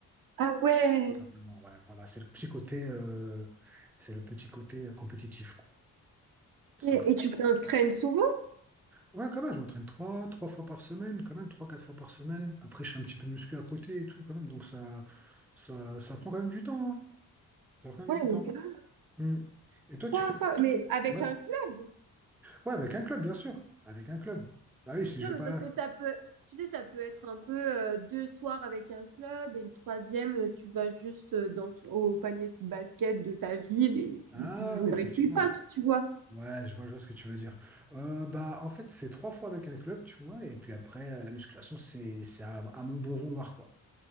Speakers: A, on the right (about 60°); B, in the centre.
A: Ah ouais.
B: tout simplement. Ouais, voilà, c'est le petit côté, euh, c'est le petit côté euh, compétitif, quoi, tout
A: Et,
B: simplement.
A: et tu t'entraînes souvent?
B: Ouais, quand même, je m'entraîne trois, trois fois par semaine, quand même, trois, quatre fois par semaine. Après, je fais un petit peu de muscu à côté et tout, quand même. Donc, ça, ça, ça prend quand même du temps, hein. Ça prend quand même
A: Ouais,
B: du temps.
A: mais grave.
B: Hmm. Et toi,
A: Trois
B: tu fais...
A: fois, mais avec
B: Ouais.
A: un club.
B: Ouais, avec un club, bien sûr. Avec un club. Bah oui, si
A: Non,
B: je vais
A: mais
B: pas...
A: parce que ça peut, tu sais, ça peut être un peu euh, deux soirs avec un club et le troisième, euh, tu vas juste euh, dans t- au panier de basket de ta ville et puis
B: Ah
A: tu joues
B: oui, effectivement.
A: avec tes potes, tu vois.
B: Ouais, je vois, je vois ce que tu veux dire. Euh, bah, en fait, c'est trois fois avec un club, tu vois, et puis après, euh, la musculation, c'est, c'est à, à mon bon vouloir, quoi.